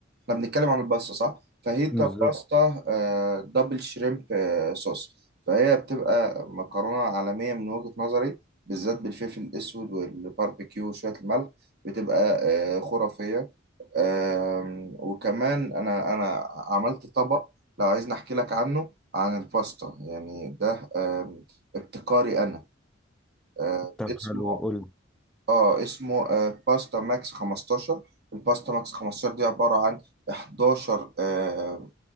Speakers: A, on the right (about 55°); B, in the centre.
A: احنا بنتكلم عن الباستا صح فاهيتا
B: بالظبط
A: باستا آه، دبل شريمب آه، صوص فهي بتبقى مكرونة عالمية من وجهة نظري بالذات بالفلفل الأسود والباربيكيو وشوية الملح بتبقى آه، خرافية آم، وكمان أنا أنا عملت طبق لو عايزني أحكي لك عنه عن الباستا يعني ده آم، ابتكاري أنا آه،
B: طب
A: اسمه
B: حلو قول
A: اه اسمه آه باستا ماكس 15 الباستا ماكس 15 دي عبارة عن 11 آه